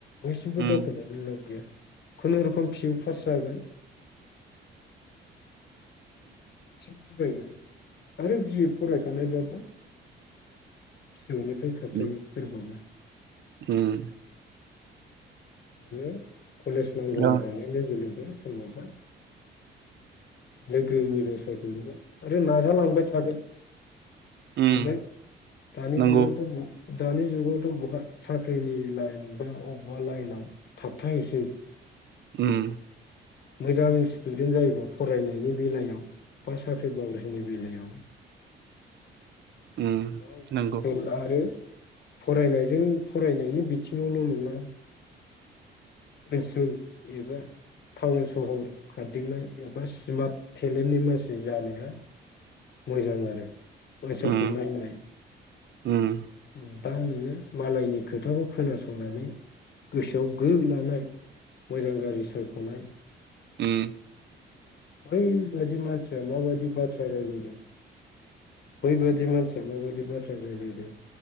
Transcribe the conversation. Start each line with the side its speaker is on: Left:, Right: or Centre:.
Left: बैसिमबो
Right: उम
Left: दावखोनो लाब गैया खुनुरुखुम फिउ फार्स जागोन फायगोन आरो बि फरायखानायबा नोंनिफ्राय थाबथायायो
Right: उम
Left: सोरबाबा
Right: उम।
Left: बिदिनो कलेज लांगोना
Right: उम
Left: दानाय लोगो लोगो सोरबाबा लोगो मोजां सायख'योबा आरो नाजालांबाय थागोन
Right: उम
Left: माने दानि
Right: नंगौ
Left: जुगावथ' दानि जुगावथ' बहा साख्रिनि लाइन बा बबेबा लाइनाव थाबथाहैसै।
Right: उम
Left: मोजां स्टुदेन्ट जायोबा फरायनायनि बेलायाव बा साख्रि बाख्रिनि बेलायाव।
Right: उम
Left: गाव
Right: नंगौ
Left: ओनसोल आरो फरायनायजों फरायनायनि बिथिङावल' नङा। ओनसोल एबा टाउन सहर खारदिंनाय एबा स्मार्ट टेलेन्टनि मानसि जानाया मोजां आरो ओनसोलखौ
Right: उम
Left: नायनाय
Right: उम
Left: उम दा नोङो मालायनि खोथाखौ खोनासंनानै गोसोआव गो लानाय मोजां गाज्रि सायख'नाय
Right: उम
Left: बै बायदि मासिनया मा बायदि बाथ्रा रायज्लायदों बै बादि मासिया मा बायदि बाथ्रा रायज्लायदों।